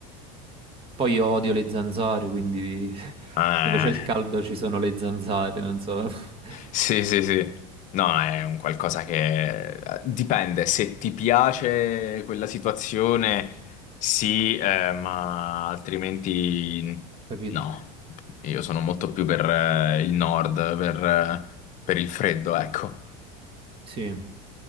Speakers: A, on the right; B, on the left.
A: Poi io odio le zanzare, quindi <laughs>
B: Eh.
A: dove c'è il caldo ci sono le zanzare, non so. <laughs>
B: Sì, sì, sì. No, è un qualcosa che eh, dipende. Se ti piace quella situazione, sì, eh, ma altrimenti
A: Capito?
B: no. Io sono molto più per eh, il nord, per, eh, per il freddo, ecco.
A: Sì.